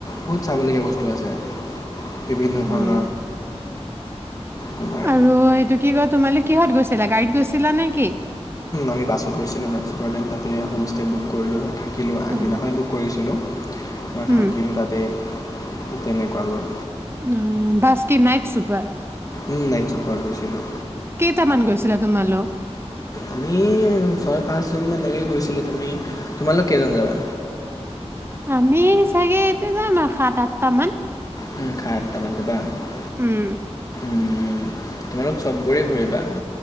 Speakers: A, on the left (about 35°); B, on the right (about 20°).
A: বহুত চাবলগীয়া বস্ত আছে। বিভিন্ন
B: উম
A: ধৰণৰ তোমাৰ
B: আৰু, এইটো কি কয় তোমালোক কিহত গৈছিলা গাড়ীত গৈছিলা নে কি?
A: আমি বাছত গৈছিলো নাইট চুপাৰত, ডেন তাতে হোম ষ্টে বুক কৰিলোঁ থাকে থাকিলো। আগদিনাখন
B: অ
A: বুক কৰিছিলো।
B: উম
A: থাকিলো তাতে। তেনেকুৱাবোৰ
B: অ', বাছ কি নাইট চুপাৰ?
A: উম, নাইট চুপাৰত গৈছিলো।
B: কেইটামান গৈছিলা তোমালোক?
A: আমি ছয় পাঁচজনমান এনেকে গৈছিলো। তুমি, তোমালোক কেইজন যাবা?
B: আমি চাগে এতিয়া যাম আৰু সাত আঠটামান।
A: <unintelligible>
B: উম
A: উম, তোমালোক চববোৰেই ঘূৰিবা।